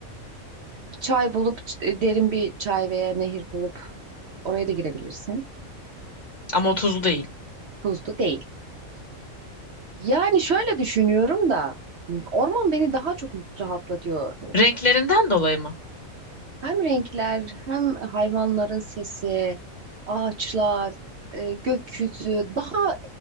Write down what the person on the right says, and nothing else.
çay bulup ç- derin bir çay veya nehir bulup oraya da girebilirsin.
Tuzlu değil. Yani şöyle düşünüyorum da orman beni daha çok rahatlatıyor.
Hem renkler, hem hayvanların sesi, ağaçlar, e, gökyüzü daha